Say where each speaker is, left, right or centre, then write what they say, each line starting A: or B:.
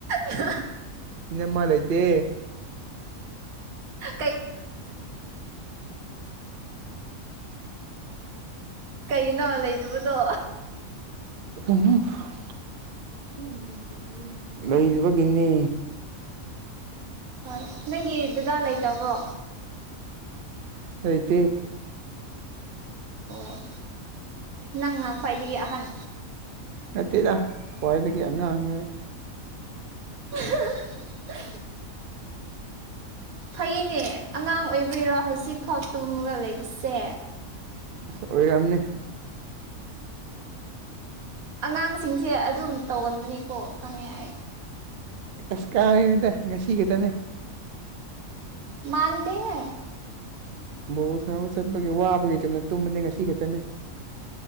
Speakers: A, on the right; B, on the right.
A: ꯑꯍꯥ
B: ꯏꯅꯝꯃ ꯂꯩꯥꯇꯦ
A: ꯍꯥ
B: <unintelligible>
A: ꯀꯩꯒꯤꯅꯣ ꯂꯩꯇꯕꯗꯣ
B: ꯎ <unintelligible> ꯂꯩꯗꯕꯒꯤꯅꯦ
A: ꯍꯣꯏ ꯅꯪꯒꯤ ꯗꯥꯗꯥ ꯂꯩꯇꯕ꯭ꯔꯣ
B: ꯂꯩꯇꯦ
A: ꯑꯣ ꯅꯪꯅ ꯈ꯭ꯋꯥꯏꯗꯒꯤ ꯑꯍꯟ
B: ꯅꯠꯇꯦꯗ ꯈ꯭ꯋꯥꯏꯗꯒꯤ ꯑꯉꯥꯡꯅꯦ
A: ꯑꯍꯥ ꯍꯥ ꯍꯥ
B: ꯑ <inaudible>
A: ꯐꯩꯌꯦꯅꯦ ꯑꯉꯥꯡ ꯑꯣꯏꯕꯩꯔꯣ ꯍꯧꯖꯤꯛꯐꯥꯎ ꯇꯨꯝꯃꯒ ꯂꯩꯕꯁꯦ
B: ꯑꯁ ꯑꯣꯏꯔꯝꯅꯤ
A: ꯑꯉꯥꯡꯁꯤꯡꯁꯦ ꯑꯗꯨꯝ ꯇꯧꯒꯟꯕꯅꯤꯀꯣ ꯈꯪꯉꯦ ꯑꯩ
B: ꯑꯁ ꯀꯥꯏꯗꯒꯤꯅꯣꯗ ꯉꯁꯤꯈꯛꯇꯅꯦ
A: ꯃꯥꯟꯗꯦꯍꯦ
B: ꯕꯣꯜ ꯁꯥꯟꯅꯕ ꯆꯠꯄꯒꯤ ꯋꯥꯕꯒꯤ ꯆꯨꯝꯅ ꯇꯨꯝꯕꯅꯦ ꯉꯁꯤ ꯈꯛꯇꯅꯦ